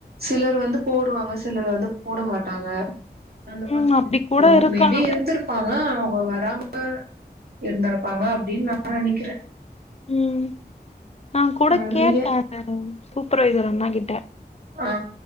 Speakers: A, on the right; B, on the left.
A: சிலர் வந்து போடுவாங்க சிலர் வந்து போட மாட்டாங்க அந்த மாதிரி
B: ம் அப்டி
A: இருக்கு
B: கூட இருக்கலா
A: மேபி இருந்திருப்பாங்க அவுங்க வராம இருந்தர்ப்பாங்க அப்டின்னு நா நெனைக்கிற
B: ம் நா கூட
A: ம்
B: கேட்டன்
A: நீங்க
B: சூப்பர்வைசர் அண்ணா கிட்ட
A: ஆ